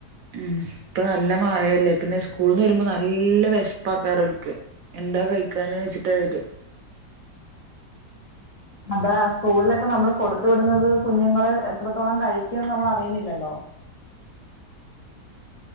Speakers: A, on the right; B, on the left.
A: ഉം ഇപ്പൊ നല്ല മഴയല്ലേ പിന്നെ സ്കൂള്ന്ന് വരുമ്പോ നല്ല വിശപ്പക്കാറ് ഓൾക്ക് എന്താ കഴിക്കാന് വെച്ചിട്ട വരിക
B: അതാ സ്കൂളിലൊക്കെ നമ്മള് കൊടുത്തു വിടുന്നത് കുഞ്ഞുങ്ങള് എത്രത്തോളം കഴിക്കുമെന്ന് നമ്മള് അറിയുന്നില്ലല്ലോ